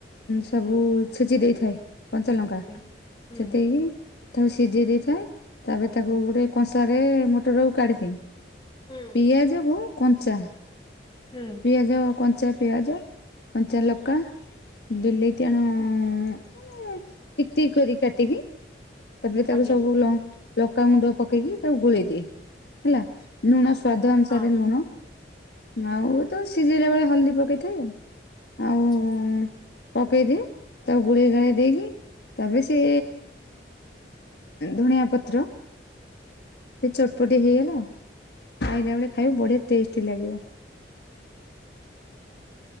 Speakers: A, on the left (about 65°); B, on the left (about 25°).
A: ସବୁ ଛେଚି ଦେଇଥାଏ କଞ୍ଚା ଲଙ୍କା।
B: ଆଜ୍ଞା ହୁଁ
A: ଛେଦେଇକି ତାକୁ ସିଝେଇ ଦେଇଥାଏ। ତାପରେ ତାକୁ
B: ହୁଁ
A: ଗୋଟେ କଂସାରେ ମଟରକୁ କାଢି଼ଦିଏ।
B: ହୁଁ
A: ପିଆଜକୁ କଞ୍ଚା
B: ହୁଁ।
A: ପିଆଜ କଞ୍ଚା ପିଆଜ କଞ୍ଚା ଲଙ୍କା। ବିଲେଇତି ଆଣ ମାନେ ଟିକ୍ ଟିକ୍ କରିକି କାଟିକି ତାପରେ ତାକୁ
B: ଆଜ୍ଞା
A: ସବୁ ଲଙ୍କା ଗୁଣ୍ଡ ପକେଇକି ତାକୁ ଗୋଳେଇ ଦିଏ ହେଲା। ନୁଣ ସ୍ଵାଦ ଅନୁସାରେ
B: ହଁ
A: ଲୁଣ। ଆଉ ତ ସିଝେଇଲା ବେଳେ ହଳଦୀ ପକେଇଥାଏ ଆଉ। ଆଉ
B: ଆଚଛା।
A: ହ ପକେଇଦିଏ ତାକୁ ଗୁଳେଇ ଗାଳି ଦେଇକି ତାପରେ ସେ ଧଣିଆ ପତ୍ର ସେ ଚଟପଟି ହେଇଗଲା ଆଉ ଖାଇଲା ବଳେ ଖାଇବ ବଢି଼ଆ ଟେଷ୍ଟି ଲାଗିବ।